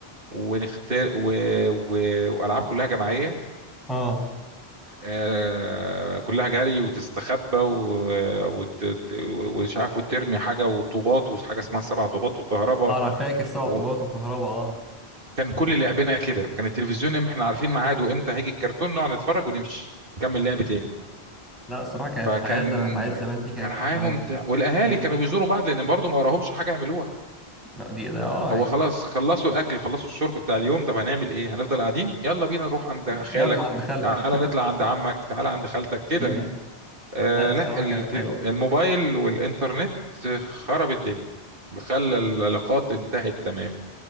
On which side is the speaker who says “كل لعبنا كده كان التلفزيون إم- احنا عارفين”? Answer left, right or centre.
Right